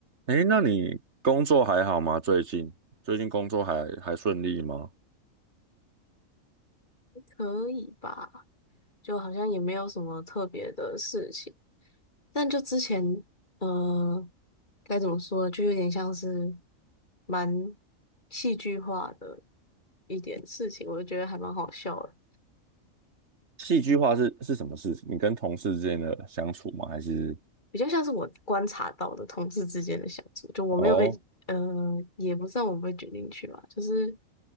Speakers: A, on the right; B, on the left.
A: 诶，那你工作还好吗？最近最近工作还还顺利吗？
B: 可以吧？就好像也没有什么特别的事情，但就之前，呃，该怎么说，就有点像是蛮戏剧化的一点事情，我就觉得还蛮好笑的，
A: 戏剧化是是什么事？情？你跟同事之间的相处吗？还是
B: 比较像是我观察到的同志之间的相处，就我没有被，
A: 哦，
B: 呃，也不算我被卷进去吧，就是，